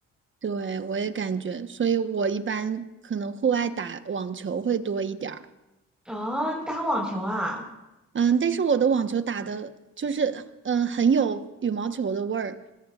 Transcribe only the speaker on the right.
对，我也感觉，所以我一般可能户外打网球会多一点儿，
嗯，但是我的网球打的就是，嗯，很有羽毛球的味儿。